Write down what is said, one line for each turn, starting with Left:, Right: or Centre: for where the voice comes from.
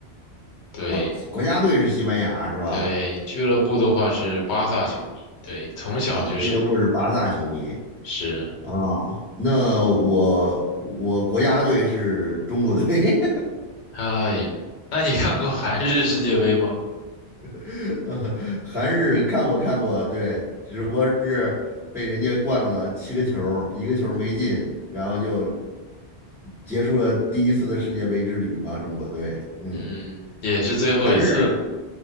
Left: 对
Centre: 啊，国家队是西班牙是吧？
Left: 对，俱乐部的话是巴萨球迷，对，从小就是
Centre: 啊，俱乐部是巴萨球迷
Left: 是，
Centre: 啊。那我我国家队是中国队，
Left: 哎呀，那你看过韩日世界杯吗？
Centre: <laughs> 韩日看过看过，对，只不过是被人家灌了七个球儿一个球儿没进，然后就结束了第一次的世界杯之旅嘛，中国队，嗯。
Left: 嗯，也是最后一次。
Centre: 但是